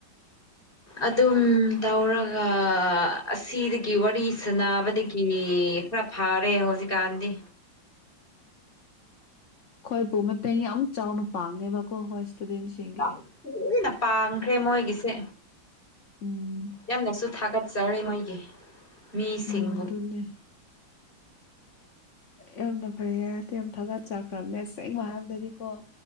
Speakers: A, on the left; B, on the left.
A: ꯑꯗꯨꯝ ꯇꯧꯔꯒ ꯑꯁꯤꯗꯒꯤ ꯋꯥꯔꯤ ꯁꯅꯕꯗꯒꯤ ꯍ ꯈꯔ ꯐꯥꯔꯦ ꯍꯧꯖꯤꯛꯀꯥꯟꯗꯤ
B: ꯍꯣꯏꯕꯨꯣ ꯃꯇꯦꯡ ꯌꯥꯝ ꯆꯥꯎꯅ ꯄꯥꯡꯉꯦꯕꯀꯣ ꯍꯣꯏ ꯏꯁꯇꯨꯗꯦꯟꯁꯤꯡꯒꯤ
A: ꯌꯥꯝ ꯊꯨꯅ ꯄꯥꯡꯈ꯭ꯔꯦ ꯃꯣꯏꯒꯤꯁꯦ
B: ꯎꯝ
A: ꯌꯥꯝꯅꯁꯨ ꯊꯥꯒꯠꯄ ꯆꯥꯎꯔꯦ ꯃꯣꯏꯒꯤ ꯃꯤꯁꯤꯡꯕꯨ
B: ꯎꯝ ꯑꯗꯟꯅꯦ ꯌꯥꯝꯅ ꯐꯩꯌꯦꯦ ꯌꯥꯝ ꯊꯥꯒꯠꯆꯈ꯭ꯔꯕꯅꯦ ꯑꯁꯦꯡꯕ ꯍꯥꯏꯕꯗꯗꯤꯀꯣ